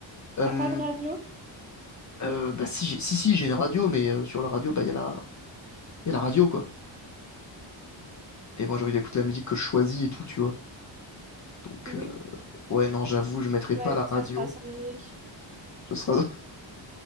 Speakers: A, on the left; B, on the right.
A: Euh,
B: T'as pas de radio?
A: euh, bah si, j'ai- si, si, j'ai une radio, mais euh, sur la radio, bah il y a la, y a la radio quoi. Et moi j'ai envie d'écouter la musique que je choisis et tout, tu vois. Donc
B: Oui,
A: euh, ouais, non, j'avoue, je mettrai
B: Ouais,
A: pas
B: donc
A: la
B: ça
A: radio.
B: sera sans musique.
A: Ce sera, <laughs> ce